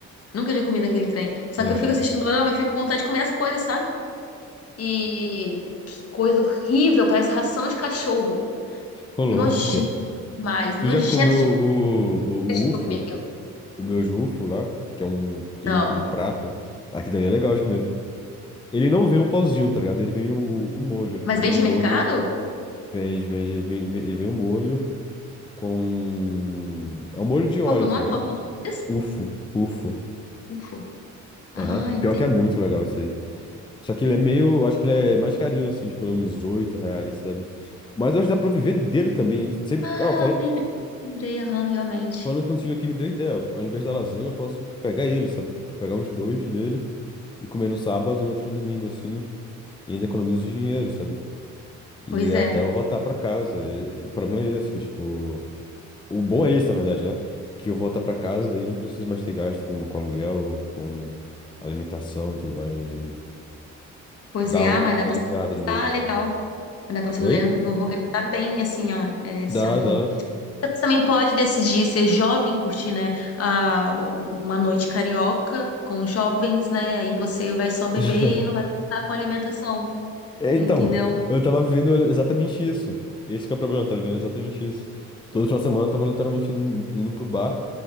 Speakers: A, on the left; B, on the left.
A: Nunca tinha comido aquele trem. Só
B: Aham.
A: que eu fico assistindo dorama e fico com vontade de comer as coisas, sabe? E que coisa horrível, parece ração de cachorro.
B: Ô, louco.
A: Nojento demais,
B: Tu
A: nojento
B: já comeu o, o,
A: demais
B: o
A: que
B: UFO?
A: eu comi aquilo.
B: o meu jufo lá, que é um, que
A: Não.
B: é meio que um prato, aqui dali é legal de comer. Ele não vem um pauzinho, tá ligado? Ele vem o, o molho,
A: Mas
B: vem
A: vende
B: um molho,
A: em mercado?
B: vende, vende, ele vem, vem- ele vem um molho com é um molho de
A: Qual
B: óleo,
A: que é o nome?
B: tá ligado?
A: Qual que é o nome disso?
B: Ufo, ufo.
A: Ufo. Ah,
B: Aham.
A: entendi.
B: Pior que é muito legal isso aí. Só que ele é meio, acho que ele é mais carinho assim, tipo uns 8 reais, sabe? Mas eu acho que dá pra viver dele também. Você, ah,
A: Ah, lembrei, lembrei, aham, realmente.
B: Falando contigo aqui me deu ideia. Ao invés da lasanha, eu posso pegar ele, sabe? Tipo, pegar uns dois deles e comer no sábado e outro no domingo, assim. E ainda economizo dinheiro, sabe? E
A: Pois
B: até
A: é.
B: eu voltar pra casa. E- e o problema é esse, que, tipo. O bom é esse, na verdade, né? Que eu voltar pra casa, daí não preciso mais ter gasto com, com aluguel, com alimentação e tudo mais. E
A: Pois
B: dá
A: é,
B: um-
A: ah, mas dá
B: uma
A: pra...
B: aliviada no bolso.
A: Ah, legal. Dá pra se
B: Oi?
A: organi- organizar bem, assim, ó, é,
B: Dá,
A: sendo...
B: dá.
A: Você também pode decidir ser jovem, curtir, né, a, o- uma noite carioca com jovens, né, aí você vai só beber
B: <laughs>
A: e não vai gastar com alimentação,
B: É,
A: entendeu?
B: então, eu tava vivendo exatamente isso. Esse que é o problema, eu tava vivendo exatamente isso. Todo final de semana eu tava literalmente indo, indo pro bar,